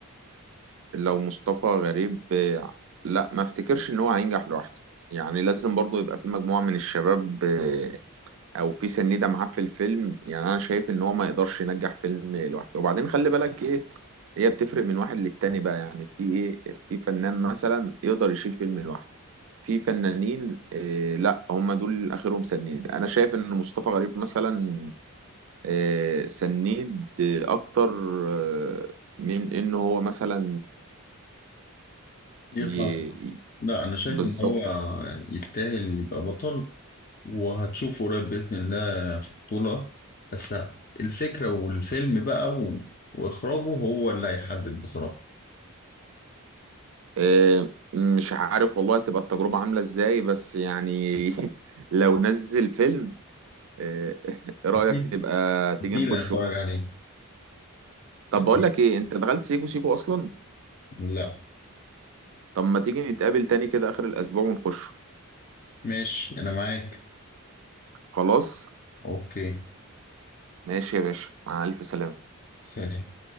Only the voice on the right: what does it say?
لو مصطفى غريب آه، لا ما افتكرش ان هو هينجح لوحده يعني لازم برضه يبقى في مجموعة من الشباب آه، او في سنيدة معاه في الفيلم يعني انا شايف ان هو ما يقدرش ينجح فيلم لوحده وبعدين خلي بالك ايه هي بتفرق من واحد للتاني بقى يعني في ايه في فنان مثلا يقدر يشيل فيلم لوحده في فنانين إيه لا هم دول اخرهم سنيد انا شايف ان مصطفى غريب مثلا إيه سنيد إيه اكتر آه، من ان هو مثلا
ي-
بالظبط
آه، مش عارف والله تبقى التجربة عاملة ازاي بس يعني <laughs> لو نزل فيلم آه، <laughs> ايه رأيك
تبقى تيجي
نخشه
طب
بقول لك ايه انت دخلت سيكو سيكو اصلا
طب ما تيجي نتقابل تاني كده اخر الاسبوع ونخشه
خلاص
ماشي يا باشا مع الف سلامة